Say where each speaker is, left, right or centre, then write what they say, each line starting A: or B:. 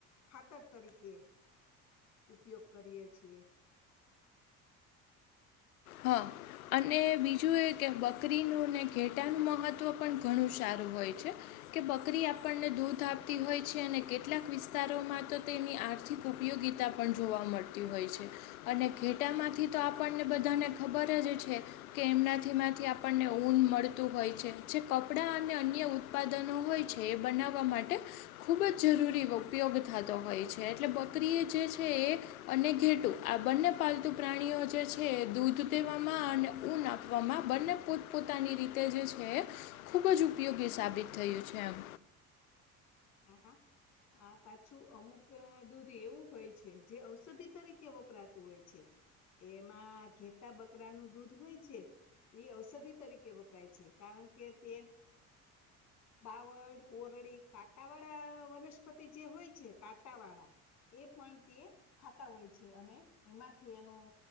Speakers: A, on the left; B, on the left.
A: ખાતર તરીકે ઉપયોગ કરીએ છીએ.
B: હા. અને બીજું એ કે બકરીનું ને ઘેટાનું મહત્ત્વ પણ ઘણું સારું હોય છે. કે બકરી આપણને દૂધ આપતી હોય છે, અને કેટલાક વિસ્તારોમાં તો તેની આજ ઉપયોગીતા પણ જોવા મળતી હોય છે, અને ઘેટામાંથી તો આપણને બધાને ખબર જ છે. કે એમનાથી માંથી આપણને ઊન મળતું હોય છે, જે કપડા અને અન્ય ઉ ત્પાદનો હોય છે, એ બનાવવા માટે ખૂબ જ જરૂરી ઉપયોગ થતો હોય છે, એટલે બકરીએ જે છે, એ અને ઘેટું આ બંને પાલતુ પ્રાણીઓ જે છે, દૂધ દેવામાં અને ઊન આપવામાં બંને પોતપોતાની રીતે જે છે. ખૂબ જ ઉપયોગી સાબિત થયું છે, એમ
A: હા હા. આ પાછું અમુક દૂધ એવું હોય છે, જે ઔષધિ તરીકે વપરાતું હોય છે. એમાં ઘેટા બકરાનું દૂધ હોય છે. એ ઔષધિ તરીકે વપરાય છે, કારણ કે તે બાવડ, બોરડી, કા ટાવાળા વનસ્પતિ જે હોય છે, કાટાવાળા એ પણ તે ખાતા હોય છે, અને એમાંથી એનું